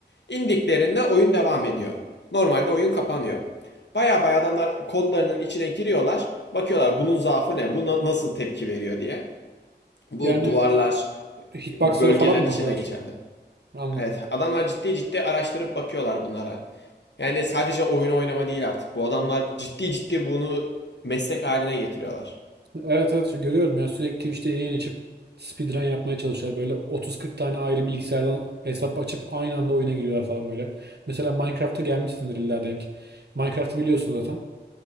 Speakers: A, on the left; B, on the right.
A: İndiklerinde oyun devam ediyor. Normalde oyun kapanıyor. Baya baya adamlar kodlarının içine giriyorlar. Bakıyorlar bunun zaafı ne, bu nasıl tepki veriyor diye. Bu
B: Yani
A: duvarlar,
B: hitboxlara
A: bölgeler
B: falan mı
A: için
B: bakıyorlar?
A: geçerli.
B: Anladım.
A: Evet, adamlar ciddi ciddi araştırıp bakıyorlar bunlara. Yani sadece oyun oynama değil artık. Bu adamlar ciddi ciddi bunu meslek haline getiriyorlar.
B: Evet evet şu görüyorum ya sürekli Twitch'te yayın açıp speedrun yapmaya çalışıyorlar. Böyle 30-40 tane ayrı bilgisayardan hesap açıp aynı anda oyuna giriyorlar falan böyle. Mesela Minecraft'a gelmişsindir illa denk. Minecraft'ı biliyorsun zaten.